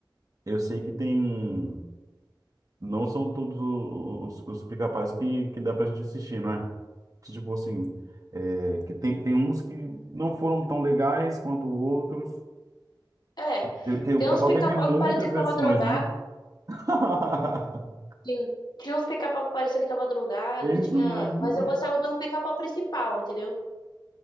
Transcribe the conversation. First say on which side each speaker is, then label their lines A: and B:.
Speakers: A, on the right; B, on the left.
A: eu sei que tem. Não são todos o- os, os pica-paus que, que dá pra gente assistir, não é? Que, tipo assim, é, que tem, tem uns que não foram tão legais quanto outros.
B: É,
A: Teve- que o
B: tem
A: pica-pau
B: uns Pica-Pau
A: teve muitas
B: que parecia que
A: versões,
B: tava drogado,
A: né? <laughs>
B: sim. Tinha uns Pica-Pau que parecia que tava drogado,
A: É isso
B: tinha...
A: mesmo.
B: Mas eu gostava do Pica-Pau principal, entendeu?